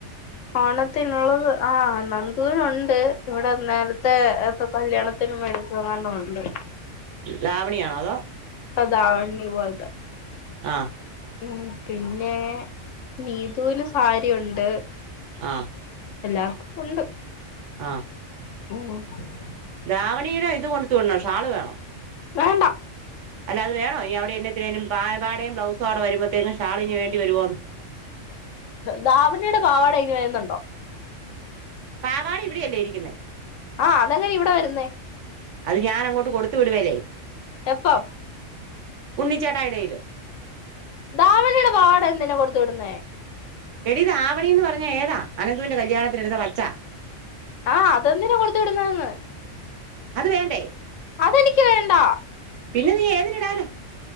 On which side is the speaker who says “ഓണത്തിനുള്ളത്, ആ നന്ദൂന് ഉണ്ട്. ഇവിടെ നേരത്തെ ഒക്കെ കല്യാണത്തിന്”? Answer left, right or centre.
Left